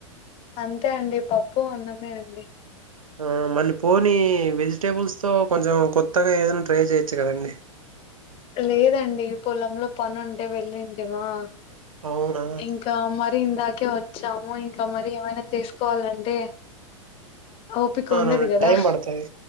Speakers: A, on the left; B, on the right.
A: అంతే అండి పప్పు అన్నమే అండి
B: ఆ మళ్ళీ పోని వెజిటేబుల్స్ తో కొంచెం కొత్తగా ఏదైనా ట్రై చేయొచ్చు కదండి
A: లేదండి పొలంలో పనుంటే వెళ్లింటిమా
B: అవును
A: ఇంకా మరి ఇందాకే వచ్చాము ఇంకా మరి ఏమైనా చేసుకోవాలంటే ఓపిక
B: అవునవును
A: ఉండదు కదా
B: టైం పడతది